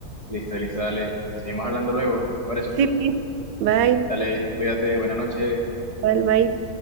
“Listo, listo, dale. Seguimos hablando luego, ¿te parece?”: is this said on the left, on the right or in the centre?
Left